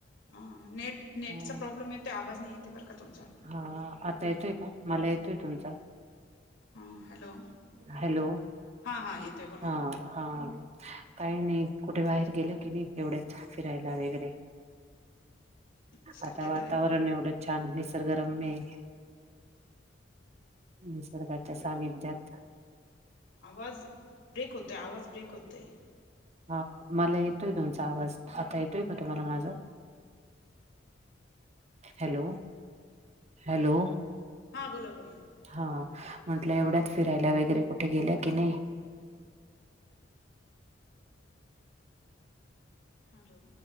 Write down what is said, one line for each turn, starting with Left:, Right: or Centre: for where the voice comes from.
Left: हा, नेट नेटचा
Right: हा
Left: प्रॉब्लेम येते आवाज नाही येते बरं का तुमचा
Right: हा आता येतोय का? मला येतोय तुमचा.
Left: हां हॅलो.
Right: हॅलो
Left: हां हां येतोय बोला
Right: हां हां. काही नाही कुठे बाहेर गेले की नाही एवढ्यात फिरायला वगैरे.
Left: सध्या
Right: आता वातावरण
Left: तर हॅलो
Right: एवढं छान निसर्गरम्य आहे, निसर्गाच्या सानिध्यात
Left: आवाज ब्रेक होतोय आवाज ब्रेक होतय.
Right: हा मला येतोय तुमचा आवाज. आता येतोय का तुम्हाला माझा हॅलो हॅलो.
Left: हां बोला बोला.
Right: हा म्हंटलं एवढ्यात फिरायला वगैरे कुठे गेल्या की नाही.
Left: हॅलो.